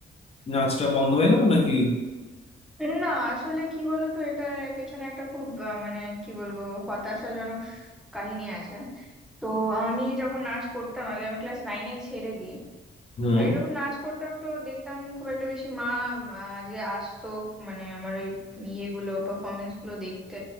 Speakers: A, on the left; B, in the centre.
A: নাচটা বন্ধ হয়ে গেল নাকি
B: না আসলে কি বলতো এটার পেছনে একটা খুব আহ, মানে কি বলবো হতাশাজনক স- কাহিনী আছে তো আমি যখন নাচ করতাম আগে আমি ক্লাস নাইনে ছেড়ে দিই
A: হুম
B: আগে যখন নাচ করতাম তো দেখতাম খুব একটা বেশি মা উম, আহ, যে আসতো মানে আমার ওই ইয়েগুলো পারফরমেন্স গুলো দেখতে